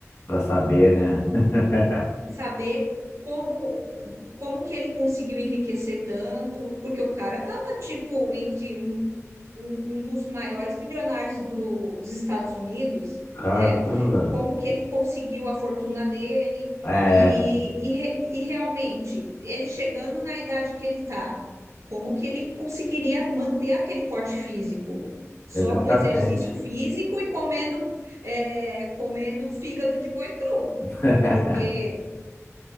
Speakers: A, on the left; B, on the right.
A: pra saber, né? <laughs>
B: e saber como como que ele conseguiu enriquecer tanto, porque o cara tava tipo entre um, um, um dos maiores milionários dos Estados Unidos,
A: Caramba.
B: né? Como que ele conseguiu a fortuna dele
A: É,
B: e,
A: é,
B: e, re- e realmente ele chegando na idade que ele tá, como que ele conseguiria manter aquele porte físico? Só
A: exatamente.
B: com exercício físico e comendo, é, comendo fígado de boi cru,
A: <laughs>
B: porque